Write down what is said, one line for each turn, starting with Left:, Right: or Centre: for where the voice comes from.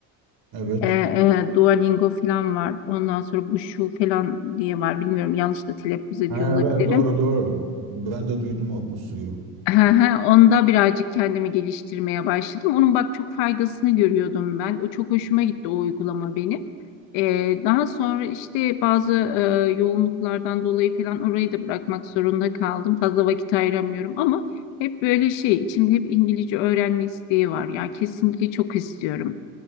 Right: evet.
Left: Eee, eee, Duolingo falan var. Ondan sonra bu şu falan diye var. Bilmiyorum yanlış da telaffuz ediyor
Right: Ha,
Left: olabilirim.
Right: evet doğru doğru. Ben de duydum o bu suyu.
Left: Hı hı, Onda birazcık kendimi geliştirmeye başladım. Onun bak çok faydasını görüyordum ben. O çok hoşuma gitti o uygulama benim. Ee, daha sonra işte bazı e, yoğunluklardan dolayı falan orayı da bırakmak zorunda kaldım. Fazla vakit ayıramıyorum ama hep böyle şey içimde hep İngilizce öğrenme isteği var. Ya kesinlikle çok istiyorum.